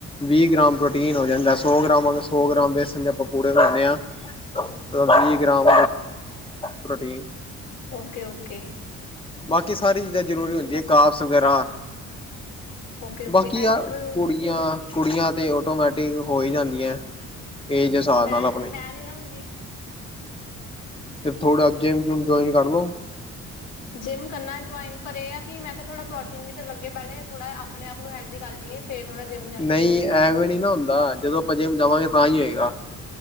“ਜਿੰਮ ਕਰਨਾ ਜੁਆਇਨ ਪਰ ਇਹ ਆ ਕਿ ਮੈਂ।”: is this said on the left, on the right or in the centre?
Left